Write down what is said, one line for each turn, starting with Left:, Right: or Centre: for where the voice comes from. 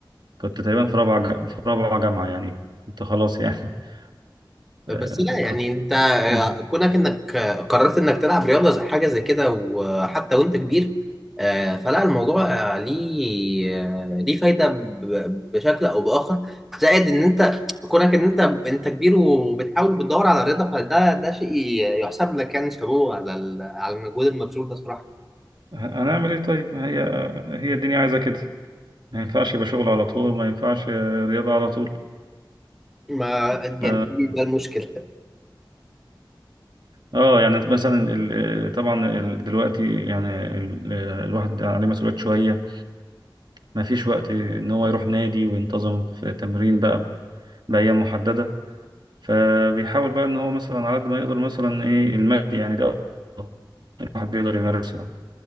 Right: كنت تقريبا في رابعة ج- في رابعة جامعة يعني كنت خلاص يعني <laughs> آه،
Centre: بس لا يعني
Right: كنت
Centre: انت آه،
Right: مم.
Centre: كونك انك آه، قررت انك تلعب رياضه زي حاجه زي كده وحتى وانت كبير آه، فلا الموضوع آه، ليه آه، ليه فايده ب- بشكل او باخر زائد ان انت كونك ان انت انت كبير وبتحاول بتدور على رياضه فده ده شيء يحسب لك يعني شابوه على ال- على المجهود المبذول ده صراحه
Right: هنعمل إيه طيب ما هي هي الدنيا عايزة كده ما ينفعش يبقى شغل على طول ما ينفعش آه، رياضة على طول
Centre: ما
Right: ف
Centre: يعني مم. دي- ده المشكله
Right: اه يعني مثلا ال... آه، طبعا ال... دلوقتي يعني ال... آه، الواحد عليه مسؤوليات شوية ما فيش وقت ان هو يروح نادي وينتظم في تمرين بقى بأيام محددة فبيحاول بقى ان هو مثلا على قد ما يقدر مثلا ايه المشي يعني ده أفضل الواحد بيقدر يمارسها